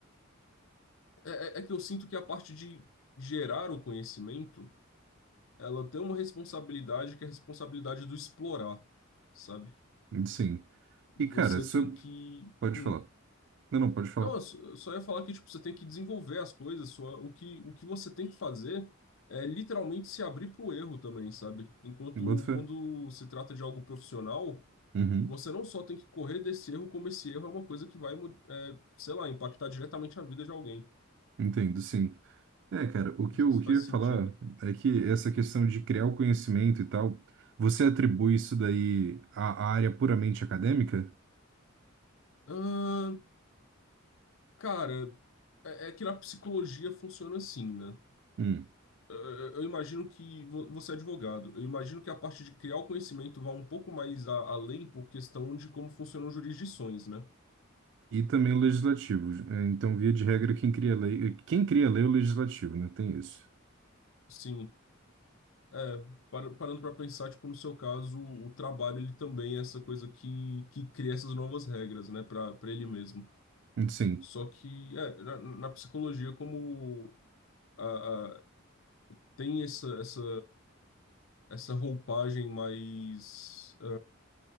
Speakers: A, on the left; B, on the right.
A: É, é é que eu sinto que a parte de gerar o conhecimento ela tem uma responsabilidade que é a responsabilidade do explorar, sabe?
B: Sim.
A: Você
B: E, cara, isso...
A: tem que.
B: Pode
A: hum.
B: falar. Não, não, pode falar.
A: Não, eu só eu só ia falar que tipo, você tem que desenvolver as coisas, sua- o que, o que você tem que fazer é literalmente se abrir para o erro também, sabe? Enquanto
B: Boto fé.
A: quando se trata de algo profissional,
B: Uhum.
A: você não só tem que correr desse erro, como esse erro é uma coisa que vai, mu- é, sei lá, impactar diretamente a vida de alguém.
B: Entendo, sim. É, cara, o que
A: Não sei
B: eu,
A: se
B: o que
A: faz
B: eu ia
A: sentido.
B: falar é que essa questão de criar o conhecimento e tal, você atribui isso daí à à área puramente acadêmica?
A: Ahn, cara, é é que na psicologia funciona assim, né?
B: Hum.
A: eh, eu imagino que vo- você é advogado. Eu imagino que a parte de criar o conhecimento vá um pouco mais a- além por questão de como funcionam jurisdições, né?
B: E também o legislativo. É, Então, via de regra, quem cria lei, quem cria lei é o legislativo, né? Tem isso.
A: Sim. É, para- parando para pensar, tipo, no seu caso, o trabalho ele também é essa coisa que, que cria essas novas regras, né, para para ele mesmo.
B: Sim,
A: Só que é, na, na psicologia, como a, a- tem essa, essa, essa roupagem mais, eh,